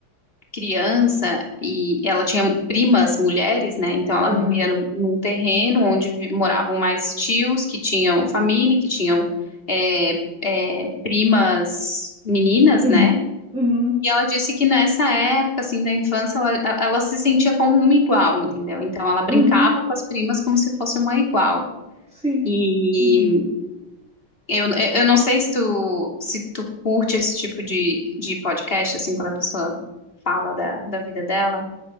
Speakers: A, on the left (about 25°); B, in the centre.
A: criança e ela tinha primas mulheres, né? Então ela
B: Aham.
A: vivia num, num terreno onde vi- moravam mais tios que tinham família, que tinham é, é, primas meninas,
B: Uhum.
A: né?
B: Uhum.
A: E ela disse que nessa época, assim, da infância, ela, ela ela se sentia como uma igual, entendeu? Então ela brincava
B: Uhum.
A: com as primas como se fosse uma igual.
B: Sim.
A: E
B: Uhum.
A: eu, eu não sei se tu, se tu curte esse tipo de, de podcast, assim, quando a pessoa fala da, da vida dela.